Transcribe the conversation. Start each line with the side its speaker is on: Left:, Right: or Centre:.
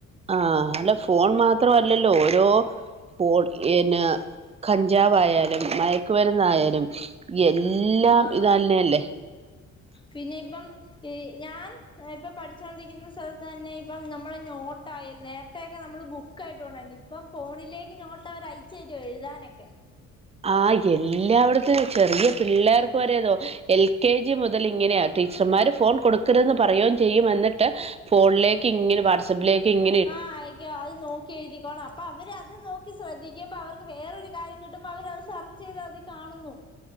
Right: ആഹ് അല്ല ഫോൺ മാത്രല്ലല്ലോ ഓരോ പ്പോൾ <unintelligible> കഞ്ചാവായാലും മയക് ക്ക് മരുന്നായാലും, എല്ലാം
Left: ആഹ്
Right: ഇതാന്നെല്ലേ
Left: പിന്നെ ഇപ്പം ഈ ഞാൻ ഞാൻ ഇപ്പൊ പഠിച്ചോണ്ടിക്കുന്ന സ്ഥലത്തെന്നെ ഇപ്പം നമ്മള് നോട്ടായി, നേര്ത്തെക്കെ നമ്മള് ബുക്കായിട്ട് കൊണ്ടാരുന്നു, ഇ ഇപ്പം ഫോണിലേക്ക് നോട്ട് അവര് അയച്ചു തരുവാ എഴുതാനൊക്കെ
Right: ആ എല്ലായിടത്തും ചെറിയ പിള്ളേർക്ക് വരതോ എൽ കെ ജി മുതൽ ഇങ്ങനെയ ടീച്ചർമാര് ഫോൺ കൊടുക്കരുതെന്ന് പറയു ചെയ്യും എന്നിട്ട് ഫോണിലേക്ക് ഇങ്ങനെ വ <unintelligible>
Left: ആഹ ആയികോ അത് നോ എഴുതിക്കോണം അപ്പോ അവര് അത് നോക്കി ശ്രദ്ധിക്കുമ്പോൾ അവർക്ക് വേറൊരു കാര്യം കിട്ടുമ്പോൾ അവർത് സെർച്ച് ചെയ്ത് അതിൽ കാണുന്നു.